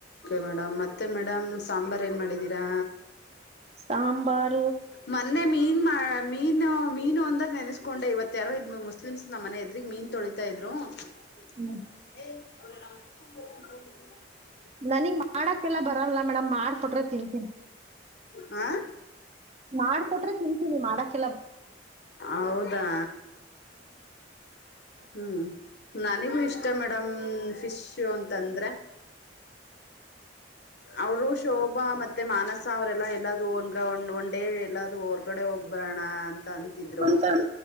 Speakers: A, on the left (about 60°); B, on the right (about 35°).
A: ಮೇಡ್ ಮತ್ತೆ ಮೇಡಮ್ ಸಾಂಬಾರ್ ಏನ್ ಮಾಡಿದೀರಾ
B: ಸಾಂಬಾರ್
A: ಮೊನ್ನೆ ಮೀನ್ ಮೀನು ಮೀನು ಅಂದಾಗ ನೆನೆಸ್ಕೊಂಡ ಇವತ್ತ ಯಾರು ಇಲ್ ಮುಸ್ಲಿಮ್ಸ್ ನಮ್ಮ ಮನೆ ಎದ್ರಗ್ ಮೀನ್ ತೊಳಿತಾ ಇದ್ರು <unintelligible>
B: ಹ್ಮ್. ನನಗ್ ಮಾಡಕೆಲ್ಲ ಬರಲ್ಲ ಮೇಡಮ್ ಮಾಡ್ಕೊಟ್ರೆ ತಿಂತೀನಿ
A: ಹಾ
B: ಮಾಡಾಕೊಟ್ರೆ ತಿಂತೀನಿ ಮಾಡಕ್
A: ಹೌದಾ ಹ್ಮ್ ನನಿಗೂ ಇಷ್ಟ ಮೇಡಮ್ ಫಿಶ್ ಅಂತಂದ್ರೆ ಅವರು ಶೋಭಾ ಮತ್ತೆ ಮಾನಸ ಅವರೆಲ್ಲ ಎಲ್ಲಾದರೂ ಒನ್ಗ ಒಂದು ಡೇ ಎಲ್ಲಾದರೂ ಹೊರ್ಗಡೆ ಹೋಗ್ ಬರೋಣ ಅಂತ ಅಂತಿದ್ರು
B: ಅಂತ